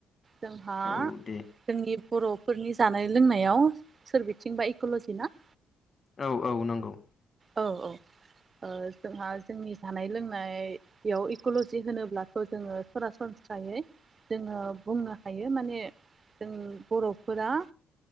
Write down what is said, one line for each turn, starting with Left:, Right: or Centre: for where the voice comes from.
Right: जोंहा
Left: औ दे
Right: जोंनि बर'फोरनि जानाय लोंनायाव सोरबिथिंबा इक'ल'जि ना?
Left: औ औ नंगौ।
Right: औ औ ओ जोंहा जोंनि जानाय लोंनाय बेयाव इक'ल'जि होनोब्लाथ' जोङो सरासनस्रायै जोङो बुंनो हायो माने जों बर'फोरा